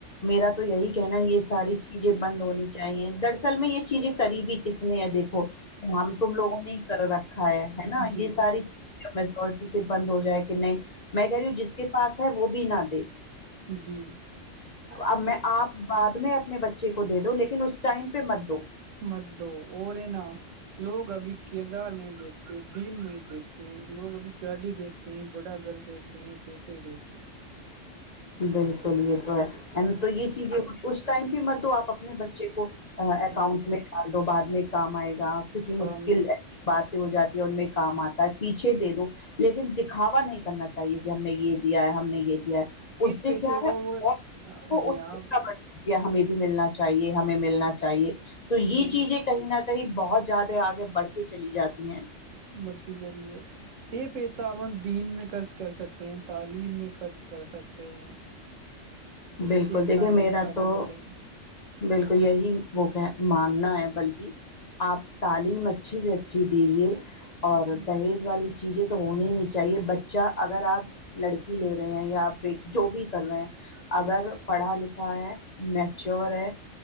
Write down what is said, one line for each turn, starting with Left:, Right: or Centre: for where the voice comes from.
Left: میرا تو یہی کہنا یہ ساری چیزیں بند ہونی چاہیے دراصل میں یہ چیزیں کرریبی کس نے ہے دیکھو ہم تم لوگوں نے ہی کر رکھا ہے نا
Right: جی
Left: یہ ساری چیز میزور اسے بند ہو جائے کہ نہیں میں کہی جس کے پاس ہے وہ بھی نہ دے
Right: جی
Left: اب میں آپ بعد میں اپنے بچے کو دے دو لیکن اس ٹائم پہ مت دو
Right: مدد دو اور رہے نہ لوگ ابھی کردار نہیں دیکھتے دین نہیں دیکھتے لوگ ابھی گاڑی دیکھتے دیکھتے ہیں بڑا گھر دیکھتے ہیں پیشے دیکھتے ہیں
Left: بالکل یہ تو ہے این تو یہ چیزیں اس ٹائم بھی مت دو آپ اپنے بچے کو اکاؤنٹ
Right: جی
Left: میں بد دو بعد میں کام آئے گا کسی
Right: تو
Left: مشکل
Right: ہمیں
Left: باتیں ہو جاتی ہے ان میں کام آتا ہے پیچھے دے دو لیکن دکھاوا نہیں کرنا چاہیے کہ ہم نے یہ دیا ہے ہم نے یہ دیا ہے اس سے
Right: پیسے
Left: کیا
Right: کو
Left: ہےکتا
Right: وہ جی ہاں
Left: پڑتی ہمیں بھی ملنا چاہیے ہمیں ملنا چاہیے تو یہ
Right: جی
Left: چیزیں کہیں نہ کہیں بہت زیادہ آگے بڑھ کے چلی جاتی ہیں
Right: بڑھتی چانلی جاتی ہے۔ یہ پیس دین میں خرچ کر سکتے ہیں تعلیم میں خرچ کر سکتے ہیں جس
Left: بالکل
Right: سے اپنا
Left: دیکھیے
Right: دیش
Left: میرا
Right: آگے
Left: تو
Right: بڑھے
Left: بالکل یہی وہ کہ ماننا ہے بلکہ آپ تعلیم اچھی سے اچھی دیجیے اور
Right: جی
Left: دہیز والی چیزیں تو ہونی ہی نہیں چاہیے بچہ اگر آپ لڑکی لے رہے ہیں یاپ بیٹ جو بھی کر رہے ہیں اگر پڑھا لکھا ہے میچور ہے